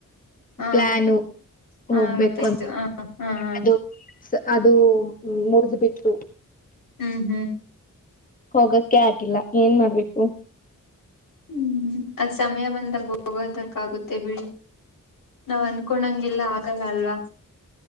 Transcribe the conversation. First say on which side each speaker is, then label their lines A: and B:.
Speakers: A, on the left; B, on the left.
A: ಹಾ
B: ಪ್ಲಾನು
A: ಹಾ
B: ಹೋಗ್ಬೇಕು
A: ಗೊತ್ತಾಯ್ತು
B: ಅಂತ
A: ಹ ಹಾ ಹಾ
B: ಅದು ಅದು ಮುರಿದ್ ಬಿತ್ತು
A: ಹ್ಮ್ ಹ್ಮ್
B: ಹೋಗಕ್ಕೆ ಆಗಿಲ್ಲ ಏನ್ ಮಾಡ್ಬೇಕು
A: ಹ್ಮ್ ಅದ್ ಸಮಯ ಬಂದಾಗ ಹೋಗೋದಕ್ಕ ಆಗುತ್ತೆ ಬಿಡಿ ನಾವ್ ಅನಕೋಂಡಂಗಗೆಲ್ಲಾ ಆಗಲ್ಲ ಅಲ್ವಾ